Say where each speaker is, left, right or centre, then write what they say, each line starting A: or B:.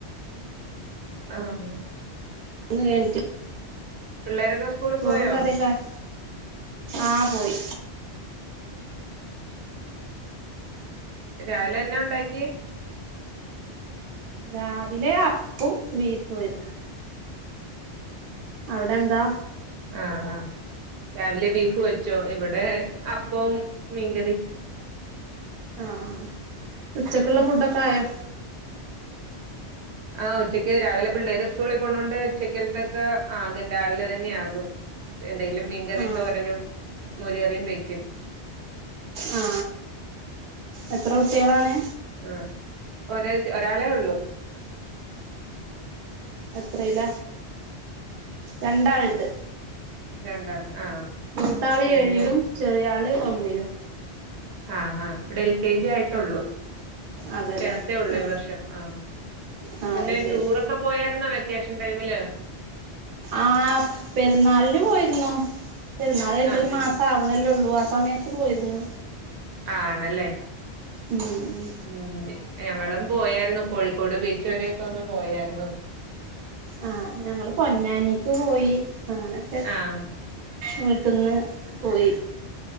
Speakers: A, on the right; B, on the right.
A: ആഹ ആഹ
B: ഒന്ന് കഴിഞ്ഞിട്ട്
A: പിള്ളേരൊക്കെ. സ്കൂളിൽ
B: ചോറും
A: പോയോ
B: കറിക്കെആയോ ആഹ പോയി.
A: രാവിലെ എന്നെ ഉണ്ടാക്കി?
B: രാവിലെ അപ്പും ബീഫും ഏരുന്നു. അവിടെ എന്താ.
A: ആഹ് ആഹ് രാവിലെ ബീഫ് വെച്ചോ ഇവിടെ അപ്പും മീൻകറി.
B: ആ ആ ഉച്ചക്കുള്ള ഫുഡ് ഒക്കാ ആയോ.
A: ആ ഉച്ചയ്ക്ക് രാവിലെ പിള്ളേര് സ്കൂളിൽ പോണോണ്ട് ഉച്ചക്കൽതക്കെ ആകെ രാവിലെ തന്നെ ആകും. എന്തെലും മീൻകറിം
B: ആ
A: തോരനും മോര് കറിം വെയക്കും.
B: ആ എത്ര കുട്ട്യാളാണ്.
A: ആ ഒ ഒരാളെ ഉള്ളു.
B: എത്രില? രണ്ടാളണ്ട്.
A: രണ്ടാണ് ആഹ്
B: മൂതാള്
A: പിന്നെ
B: ഏഴിലും ചെറിയാള് ഒന്നിലും.
A: ആഹാ ഇവിടെ എൽ കെ ജി ആയിട്ടുള്ളൂ.
B: അതെല്ലേ
A: ചേർത്തേ ഉള്ളൂ
B: ആ
A: ഈ വർഷം ആഹ
B: ആ
A: പിന്നെ
B: അത് ശരി
A: ടൂറൊക്കെ പോയാര്ന്ന ഈ വ്യ കേഷൻ ടൈമില്?
B: ആ പെര്ന്നാളിന്ന് പോയിരുന്നു. പെരുന്നാള് കഴിഞ്ഞിട്ട്
A: ആഹ്
B: ഒരു
A: പി
B: മാസം ആവണല്ലേള്ളൂ ആ സമയത്ത് പോയിരുന്നു.
A: ആണല്ലേ
B: ഉം ഉം
A: ഉ ഞങ്ങളും. പോയരുന്നു കോഴിക്കോട് ബീച്ച് വരൊക്കൊ ഒന്ന് പോയായിരുന്നു.
B: ആഹ ഞങ്ങള് പൊന്നാനിക്ക് പോയി അങ്ങനൊക്കെ.
A: ആഹ്
B: വീട്ട്ന്ന് പോയി.